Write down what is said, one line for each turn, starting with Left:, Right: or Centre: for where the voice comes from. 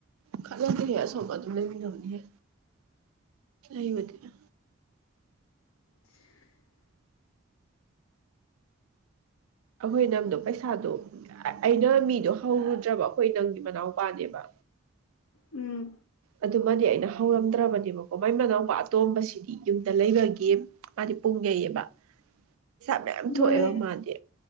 Right: ꯈꯜꯂ ꯀ ꯑꯁꯣꯝ ꯑꯗꯨꯝ ꯂꯩꯃꯤꯅꯕꯅꯤꯍꯦ ꯂꯩꯕꯅꯤꯅ
Left: <inaudible>
Right: ꯑꯩꯈꯣꯏ ꯏꯅꯝꯗꯨ ꯄꯩꯁꯥꯗꯨ ꯑꯩꯅ ꯃꯤꯗꯨ ꯍꯧꯔꯨꯗ ꯗ꯭ꯔꯕ ꯑꯩꯈꯣꯏ ꯅꯪꯒꯤ ꯃꯅꯥꯎꯄꯥꯅꯦꯕ
Left: ꯎꯝ
Right: ꯑꯗꯨꯃꯅꯤ ꯑꯩꯅ ꯍꯧꯔꯝꯗ꯭ꯔꯕꯅꯦꯕꯀꯣ ꯃꯥꯢ ꯃꯅꯥꯎ ꯅꯨꯄꯥ ꯑꯇꯣꯝꯕꯁꯤꯗꯤ ꯌꯨꯝꯗ ꯂꯩꯕꯒꯤ ꯃꯥꯗꯤ ꯄꯨꯡ ꯌꯩꯑꯕ ꯄꯩꯁꯥ ꯃꯌꯥꯝ
Left: ꯅꯣꯏ
Right: ꯊꯣꯛꯑꯦꯕ ꯃꯥꯗꯤ